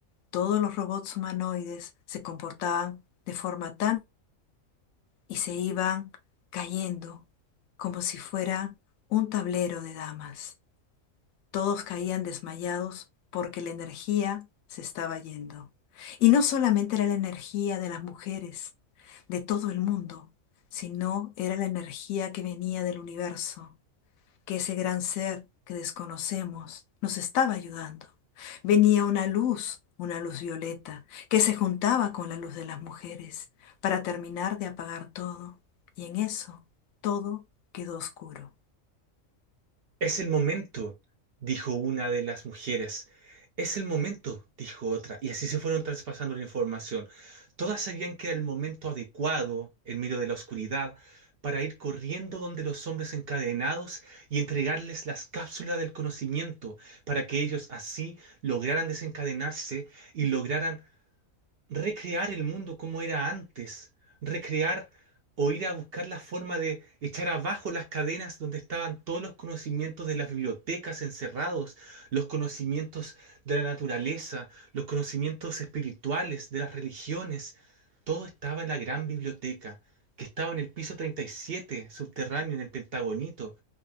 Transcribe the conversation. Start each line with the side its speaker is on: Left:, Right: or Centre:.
Left: todos los robots humanoides se comportaban de forma tan y se iban cayendo como si fuera un tablero de damas. Todos caían desmayados porque la energía se estaba yendo. Y no solamente era la energía de las mujeres, de todo el mundo, sino era la energía que venía del universo, que ese gran ser que desconocemos nos estaba ayudando. Venía una luz, una luz violeta, que se juntaba con la luz de las mujeres para terminar de apagar todo. Y en eso todo quedó oscuro.
Right: Es el momento, dijo una de las mujeres. Es el momento, dijo otra, y así se fueron traspasando la información. Todas sabían que era el momento adecuado, en medio de la oscuridad, para ir corriendo donde los hombres encadenados y entregarles las cápsulas del conocimiento, para que ellos así lograran desencadenarse y lograran recrear el mundo como era antes, recrear o ir a buscar la forma de echar abajo las cadenas donde estaban todos los conocimientos de las bibliotecas encerrados, los conocimientos de la naturaleza, los conocimientos espirituales de las religiones, todo estaba en la gran biblioteca, que estaba en el piso 37, subterráneo, en el Pentagonito,